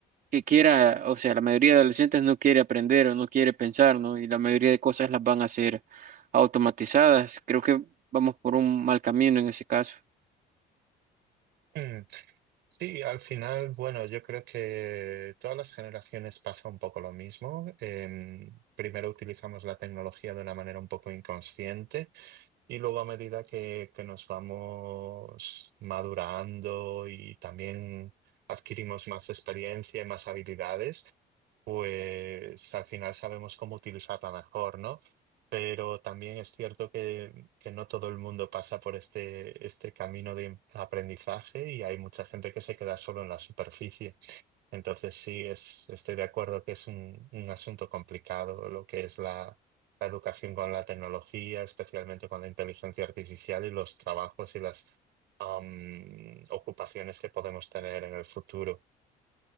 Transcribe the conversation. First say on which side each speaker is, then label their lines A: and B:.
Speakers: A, on the right; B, on the right.
A: que quiera, o sea, la mayoría de adolescentes no quiere aprender o no quiere pensar, ¿no? Y la mayoría de cosas las van a hacer automatizadas. Creo que vamos por un mal camino en ese caso.
B: Mm. <clears throat> Sí, al final, bueno, yo creo que todas las generaciones pasa un poco lo mismo. Em, primero utilizamos la tecnología de una manera un poco inconsciente. Y luego a medida que, que nos vamos madurando y también adquirimos más experiencia y más habilidades, pues al final sabemos cómo utilizarla mejor, ¿no? Pero también es cierto que, que no todo el mundo pasa por este, este camino de aprendizaje y hay mucha gente que se queda solo en la superficie. Entonces sí, es, estoy de acuerdo que es un, un asunto complicado lo que es la, la educación con la tecnología, especialmente con la inteligencia artificial y los trabajos y las am, ocupaciones que podemos tener en el futuro.